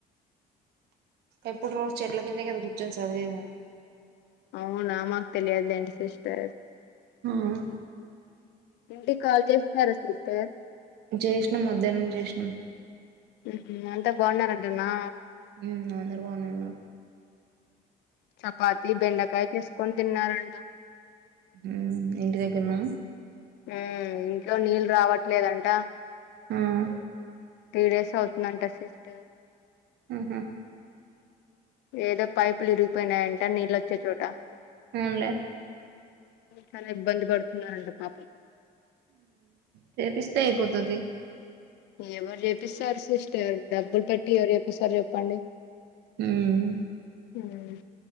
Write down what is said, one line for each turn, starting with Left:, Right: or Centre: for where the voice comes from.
Right: ఎప్పుడు రోజు చెట్ల కిందే కద కూర్చొని చదివేది మేము
Left: అవునా మాకు తెలియదులేండి సిస్టర్
Right: హ్మ్
Left: ఇంటికి కాల్ చేస్తున్నారా సిస్టర్
Right: చేసినాం మధ్యాహ్నం చేసినాం
Left: హుహు అంతా బావున్నారంటనా
Right: హ్మ్ అందరు బానే ఉన్నారు
Left: చపాతి బెండకాయ తీసుకొని తిన్నారంట
Right: హ్మ్ ఇంటి దగ్గరన
Left: హ్మ్ ఇంట్లో నీళ్ళు రావట్లేదంట
Right: హ్మ్
Left: త్రీ డేస్ అవుతుందంట సిస్టర్
Right: ఊహూ
Left: ఏదో పైపులు విరిగిపోయినాయంట నీళ్ళొచ్చే చోట
Right: అవునులే
Left: చాలా ఇబ్బంది పడుతున్నారంట పాపం
Right: చెపిస్తే అయిపోతుది
Left: ఎవరు చేపిస్తారు సిస్టర్ డబ్బులు పెట్టి ఎవరు చేపిస్తారు చెప్పండి
Right: హ్మ్
Left: హ్మ్